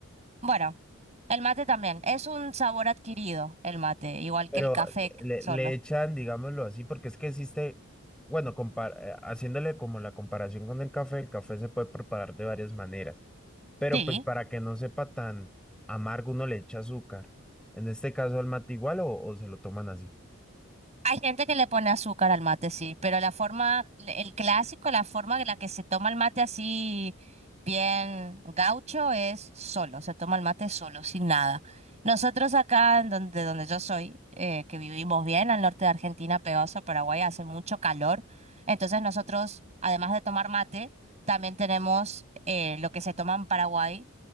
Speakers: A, on the right; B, in the centre.
A: Bueno, el mate también. Es un sabor adquirido, el mate, igual
B: Pero
A: que el café
B: le,
A: solo.
B: le echan, digámoslo así, porque es que existe, bueno, compar- eh, haciéndole como la comparación con el café, el café se puede preparar de varias maneras, pero
A: Sí.
B: pues para que no sepa tan amargo uno le echa azúcar. En este caso al mate igual o, o se lo toman así.
A: Hay gente que le pone azúcar al mate, sí, pero la forma, el clásico, la forma en la que se toma el mate así bien gaucho es solo, se toma el mate solo, sin nada. Nosotros acá, en donde, donde yo soy, eh, que vivimos bien al norte de Argentina, pegados a Paraguay, hace mucho calor, entonces nosotros, además de tomar mate, también tenemos eh, lo que se toma en Paraguay,